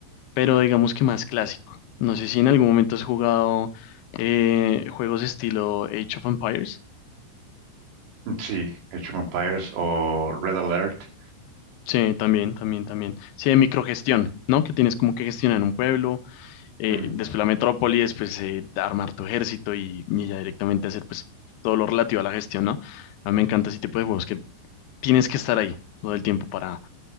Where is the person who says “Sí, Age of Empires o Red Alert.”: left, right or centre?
Right